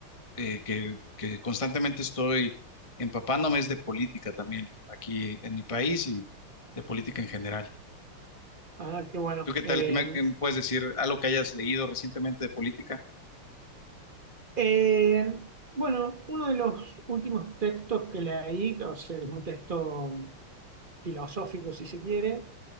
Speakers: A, on the left; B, on the right.
A: eh, que, que constantemente estoy empapándome es de política también, aquí en mi país y de política en general.
B: Ah, qué bueno.
A: ¿Tú qué tal?
B: Eh,
A: ¿Qué me, qué me puedes decir? ¿Algo que hayas leído recientemente de política?
B: eh, bueno, uno de los últimos textos que leí, o sea, es un texto filosófico, si se quiere,